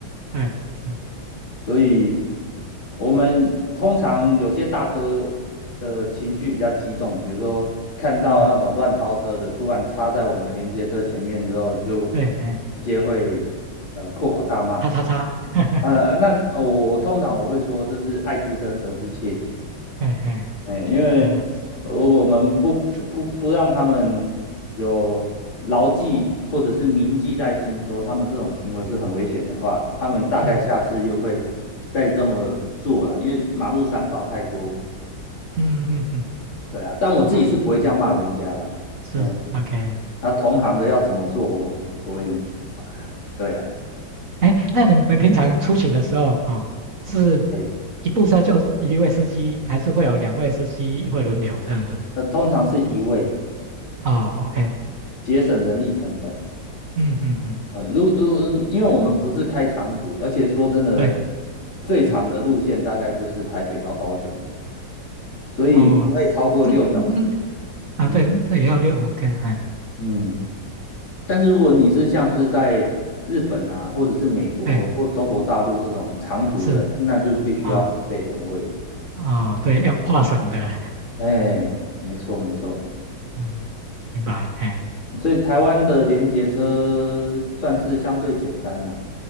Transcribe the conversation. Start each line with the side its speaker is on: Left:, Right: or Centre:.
Right: 对，嗯
Left: 所以我们通常有些大哥的情绪比较激动，比如说看到那种乱超车的突然插在我们连接车前面之后，
Right: 嗯，
Left: 就
Right: 对，哎，
Left: 直接会呃破口大骂。
Right: 叉叉叉，<laughs>
Left: 呃，那我我通常我会说这是爱之深责之切，
Right: 对，哎，
Left: 哎，因为
Right: 啊，
Left: 如果我们不不不让他们有牢记或者是铭记在心，
Right: 是，
Left: 说他们这种行为是很危险的话，他们大概下次又会再这么做了。
Right: 嗯嗯
Left: 因为马路三宝太多，
Right: 嗯嗯嗯，
Left: 对啊，但我自己是不会这样骂人家啦。
Right: 明白，是，OK。
Left: 嗯，那同行的要怎么做，我我也没办法。对啊，
Right: 哎，那你们平常出行的时候啊，哦是
Left: 哎，
Right: 一部车就一位司机，还是会有两位司机会轮流这样子？
Left: 那通常是一位
Right: 哦，OK，
Left: 节省人力成本，
Right: 嗯嗯嗯，
Left: 呃，如如，因为我们不是开长途，而且说真的，
Right: 对，
Left: 最长的路线大概就是台北到高雄，
Right: 哎，
Left: 所以不会超过六小时啊
Right: 哦，这那那啊，
Left: 嗯
Right: 对，那也要六，OK，哎，
Left: 嗯，但是如果你是像是在日本啊，或者是美国或中国大陆这种长途的，
Right: 对，是
Left: 那就必须要配备两位。
Right: 啊，哦，对，要跨省的，
Left: 哎，没错没错，
Right: 嗯，明白，哎，
Left: 所以台湾的联结车算是相对简单啦。